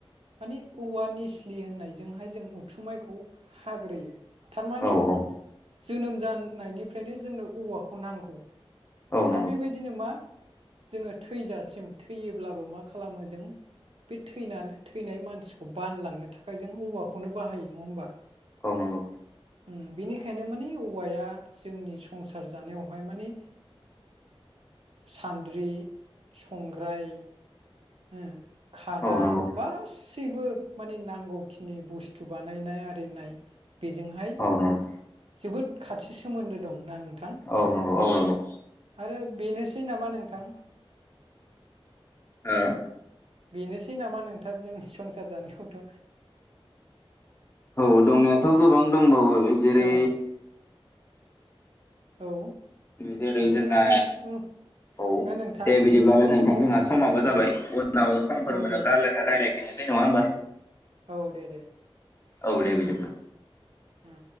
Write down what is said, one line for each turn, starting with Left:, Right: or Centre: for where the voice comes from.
Right: माने औवा निस्लि होननायजोंहाय जों उथुमायखौ हाग्रोयो। थारमाने
Left: औ औ
Right: जोनोम जानायनिफ्रायनो जोंनो औवाखौ नांगौ।
Left: औ नंगौ
Right: आरो बेबायदिनो मा जोङो थैजासिम थैयोब्लाबो मा खालामो जों बे थैनानै थैनाय मानसिखौ बानलांनो थाखाय जों औवाखौनो बाहायो नङा होमबा?
Left: औ नंगौ।
Right: उम बिनिखायनो माने औवाया जोंनि संसार जानायावहाय माने सान्द्रि संग्राय ओम खादा
Left: औ नंगौ
Right: गासै। गासैबो माने नांगौखिनि बुस्थु बानायनाय आरिनाय बेजोंहाय
Left: औ नंगौ
Right: जोबोद खाथि सोमोन्दो दं ना?
Left: औ न औ नंगौ।
Right: आरो बेनोसै नामा नोंथां।
Left: ओ
Right: बेनोसै नामा नोंथां जों संसार जानायावथ'
Left: ओ औ दंनायाथ' गोबां दंबावो जेरै
Right: औ औ
Left: जेरै जोंना
Right: उनाव उन सम उन
Left: औ
Right: नोंथां
Left: दे बिदिब्ला लाय
Right: उन
Left: नोंथां
Right: समाव
Left: जोंहा समाबो जाबाय
Right: औ
Left: उनाव समफोर
Right: औ
Left: मोनाबा
Right: दे
Left: रायलाय नोसै नङा होमबा
Right: औ दे दे।
Left: औ दे बिदिब्ला।
Right: उम